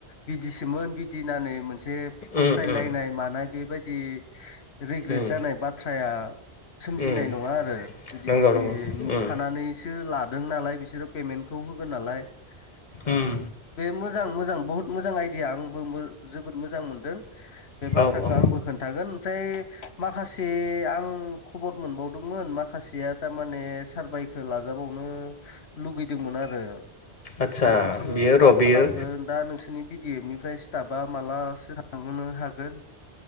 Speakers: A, on the left (about 70°); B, on the left (about 40°).
A: बिदिसोमोन बिदिनानै मोनसे फस्थायलायनाय
B: उम उम
A: मानाय बेबायदि रिग्रेट
B: उम
A: जानाय बाथ्राया। सोमजिनाय
B: उम
A: नङा आरो जुदि
B: नंगौ
A: बिदि
B: नंगौ
A: नुखानानै
B: उम
A: बिसो लादों नालाय बिसोरो पेमेन्टखौ होगोन नालाय। ओ
B: उम
A: ओ बे मोजां मोजां बहुत मोजां आइडिया आंबो जोबोद मोजां मोनदों। बेबाथ्राखौ
B: औ औ
A: आंबो खोन्थागोन ओमफ्राय माखासे आं खबर मोनबावदोंमोन माखासेया थारमाने सारभाइखौ लाजाबावनो लुगैदोंमोन आरो
B: आदसा
A: बेखौसो
B: बियो र'
A: मा खालामगोन।
B: बियो
A: दा नोंसोरनि बिडि एफ निफ्राय स्टाबा मालासो थांहोनो हागोन।